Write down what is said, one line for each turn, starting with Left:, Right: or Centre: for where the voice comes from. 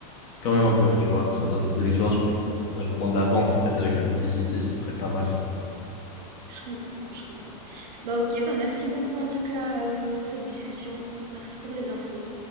Left: quand même un peu, tu vois. Ça donne de l'expérience
Right: Ouais.
Left: pour- directement de la vente en fait avec la publicité, ce qui serait pas mal.
Right: Je comprends, je comprends. Bah ok, bah merci beaucoup en tout cas euh, pour cette discussion. Merci pour les infos.